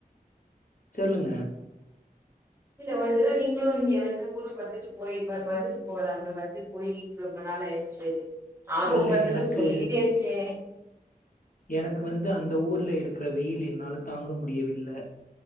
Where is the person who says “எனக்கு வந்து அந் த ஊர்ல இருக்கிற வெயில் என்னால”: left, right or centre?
Left